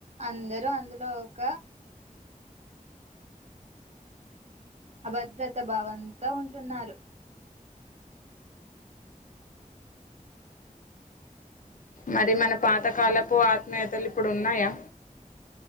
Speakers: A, on the right; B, on the left.
A: అందరూ అందులో ఒక అభద్రతా భావంతో ఉంటున్నారు
B: మరి మన పాతకాలపు ఆత్మీయతలు ఇప్పుడు ఉన్నాయా